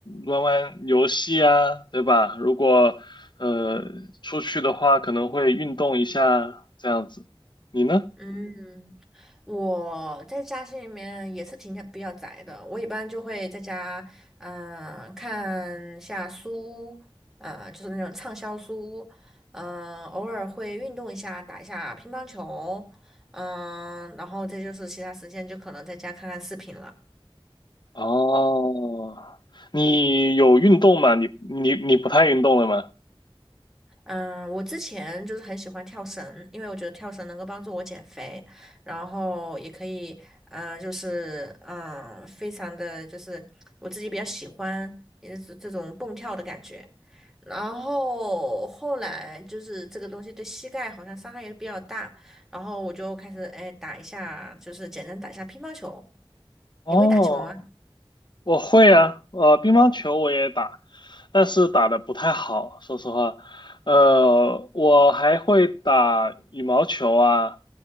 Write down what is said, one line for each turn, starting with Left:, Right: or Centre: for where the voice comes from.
Left: 玩玩游戏啊，对吧？如果呃出去的话，可能会运动一下这样子。你呢？
Centre: 嗯，我在家是里面也是挺比较宅的，我一般就会在家嗯、呃看一下书，呃就是那种畅销书，嗯、偶尔会运动一下，打一下乒乓球，嗯、然后再就是其他时间就可能在家看看视频了。
Left: 哦，你有运动吗？你你你不太运动了吗？
Centre: 嗯，我之前就是很喜欢跳绳，因为我觉得跳绳能够帮助我减肥，然后也可以，嗯、就是嗯、非常的就是我自己比较喜欢，也是这种蹦跳的感觉。然后后来就是这个东西对膝盖好像伤害也比较大，然后我就开始哎打一下，就是简单打一下乒乓球。
Left: 哦
Centre: 你会打球吗？
Left: 我会啊，呃，乒乓球我也打，但是打的不太好，说实话。呃，我还会打羽毛球啊，